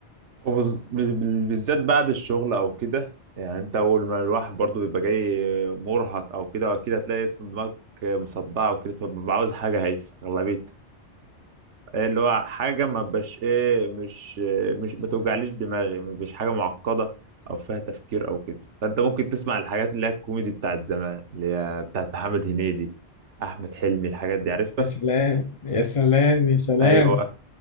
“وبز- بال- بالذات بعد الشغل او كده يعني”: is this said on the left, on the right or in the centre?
Right